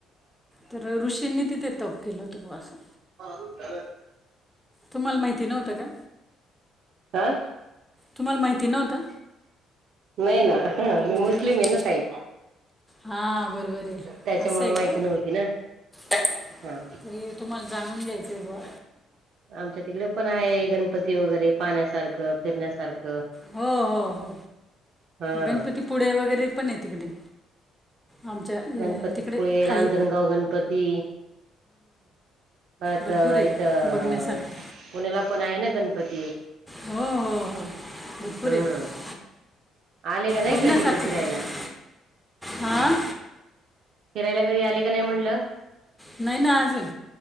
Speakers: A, in the centre; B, on the right.
A: तर ऋषींनी तिथे तप केलं होत बो असं.
B: हो.
A: तुम्हाला माहिती नव्हतं का
B: आा.
A: तुम्हाला माहिती नव्हतं.
B: नाही ना मी मुस्लिम
A: नाही
B: आहे
A: का
B: ना साही.
A: हां बरोबर आहे
B: त्याच्यामुळे
A: असं आहे का
B: माहिती नव्हती ना
A: तरी
B: हा
A: तुम्हाला जाणून घ्यायचंय ब.
B: आमच्या तिकडे पण आहे गणपती वगैरे पाहण्यासारखं फिरण्यासारखं.
A: हो हो हो
B: हा
A: गणपतीपुळे वगैरे. पण आहे तिकडे. आमच्या
B: गणपतीपुळे
A: तिकडे
B: रांजणगाव
A: खाली.
B: गणपती पर आता
A: भरपूर आहे
B: इथं
A: बघण्यासारखं
B: पुण्याला पण आहे ना गणपती.
A: हो हो हो भरपूर
B: हम्म.
A: आहे
B: आले का नाही
A: बघण्यासारखं
B: का तिकडे फिरायला
A: हां
B: करायला कधी आले का नाही म्हणलं.
A: नाही ना आ. जून